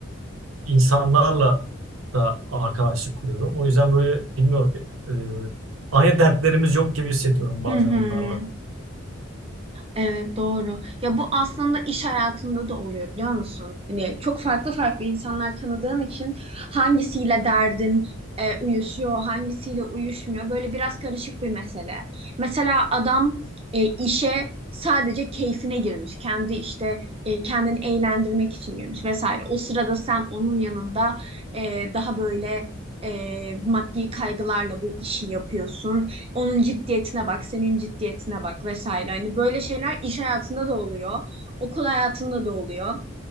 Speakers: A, on the right; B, on the right.
A: insanlarla da arkadaşlık kuruyorum. O yüzden böyle bilmiyorum e, aynı dertlerimiz yok gibi hissediyorum bazen
B: Hı hı.
A: onlarla.
B: Evet doğru. Ya bu aslında iş hayatında da oluyor biliyor musun? Hani çok farklı farklı insanlar tanıdığın için hangisiyle derdin e, uyuşuyor, hangisiyle uyuşmuyor. Böyle biraz karışık bir mesele. Mesela adam e, işe sadece keyfine girmiş. Kendi işte e, kendini eğlendirmek için girmiş vesaire. O sırada sen onun yanında e, daha böyle e, maddi kaygılarla bu işi yapıyorsun. Onun ciddiyetine bak, senin ciddiyetine bak vesaire. Hani böyle şeyler iş hayatında da oluyor, okul hayatında da oluyor.